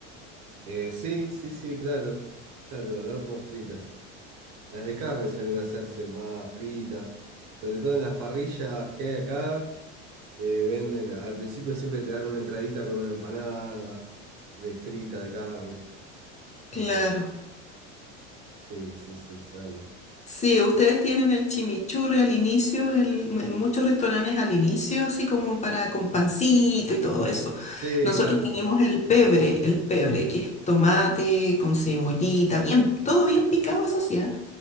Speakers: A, on the right; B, on the left.
A: Eh, sí, sí, sí, claro. Claro, al horno fritas. Las de carne suelen hacerse más fritas. Sobre todo en las parrillas que hay acá. eh, venden, al principio siempre te dan una entradita con una empanada de frita de carne.
B: Claro.
A: Eh, Sí, sí, sí, sale.
B: Sí,
A: Y-
B: ustedes tienen el chimichurri al inicio, el- en muchos restaurantes al inicio, así como para con pancito y todo eso.
A: Sí,
B: Nosotros
A: claro.
B: tenemos el pebre, el pebre, que es tomate con cebollita, bien, todo bien picado, eso sí, ¿ah?